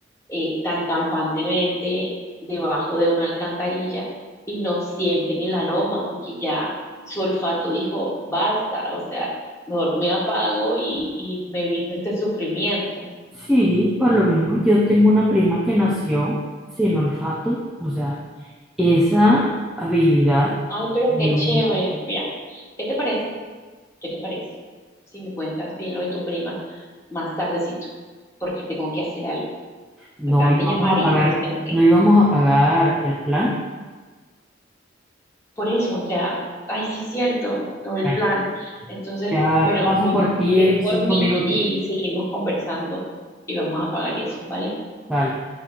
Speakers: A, on the left; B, in the centre.
A: eh, tan campantemente debajo de una alcantarilla y no sienten el aroma porque ya su olfato dijo, basta, o sea, mejor me apago y, y me evito este sufrimiento.
B: Sí, por lo mínimo yo tengo una prima que nació sin olfato, o sea, esa habilidad,
A: Ay, pero
B: Dios
A: qué chévere.
B: mío,
A: Mira, ¿qué te parece? ¿Qué te parece? Si me cuentas bien lo de tu prima más tardecito, porque tengo que hacer algo.
B: no
A: me acaban
B: íbamos
A: de llamar y
B: a pagar,
A: pues tengo que.
B: no íbamos a pagar el plan.
A: Por eso, o sea, ay, sí es cierto, lo del
B: Ya,
A: plan. Entonces,
B: ya
A: bueno,
B: paso
A: ven,
B: por
A: ven
B: ti en
A: por
B: cinco
A: mí
B: minutos,
A: y seguimos conversando y vamos a pagar eso, ¿vale?
B: vale.